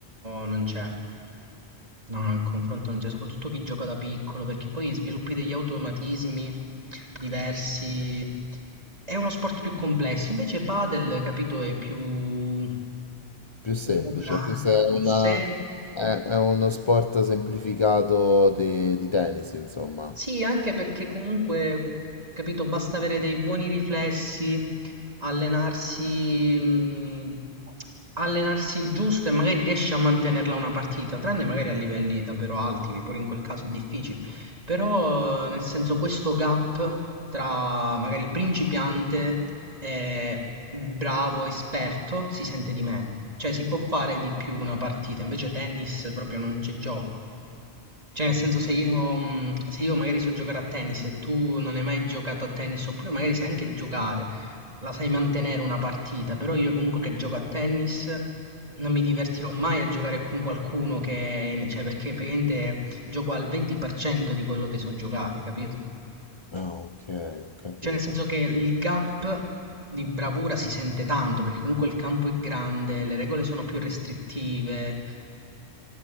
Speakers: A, on the right (about 35°); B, on the left (about 30°).
A: non c'è. No, no, il confronto non c'è, soprattutto chi gioca da piccolo, perché poi sviluppi degli automatismi diversi. È uno sport più complesso, invece padel, capito, è più
B: Più semplice,
A: democratico,
B: più se è, una-
A: più semplice.
B: è- è uno sport semplificato di, di tennis, insomma.
A: Sì, anche perché comunque, capito, basta avere dei buoni riflessi, allenarsi, mh, allenarsi il giusto e magari riesci a mantenerla una partita, tranne magari a livelli davvero alti, che pure in quel caso è difficile. Però, nel senso, questo gap tra magari principiante e bravo esperto si sente di meno. Cioè, si può fare di più una partita, invece tennis proprio non c'è gioco. Cioè, nel senso, se io, mh, se io magari so giocare a tennis e tu non hai mai giocato a tennis, oppure magari sai anche giocare, la sai mantenere una partita, però io comunque che gioco a tennis non mi divertirò mai a giocare con qualcuno che, cioè, perché praticamente gioco al 20% di quello che so giocare, capito?
B: Ah, ok, ho capito.
A: Cioè, nel senso che il gap di bravura si sente tanto, perché comunque il campo è grande, le regole sono più restrittive,